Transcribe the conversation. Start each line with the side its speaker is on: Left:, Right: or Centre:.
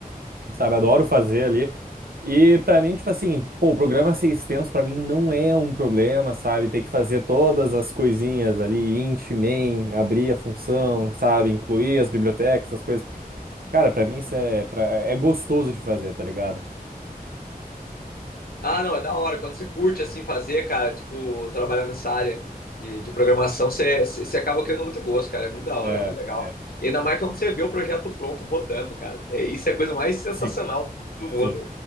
Right: sabe? Adoro fazer ali. E pra mim, tipo assim, pô, o programa ser extenso pra mim não é um problema, sabe? Ter que fazer todas as coisinhas ali, int, main, abrir a função, sabe? Incluir as bibliotecas, essas coisas. Cara, pra mim isso é, pra, é gostoso de fazer, tá ligado?
Left: Ah, não, é da hora. Quando você curte assim fazer, cara, tipo, trabalhar nessa área de, de programação, você, você você acaba criando muito gosto, cara. É muito da hora,
Right: É,
Left: é muito legal.
Right: é.
Left: E ainda mais quando você vê o projeto pronto rodando, cara. É, isso é a coisa mais sensacional
Right: Sim,
Left: do
Right: sim.
Left: mundo.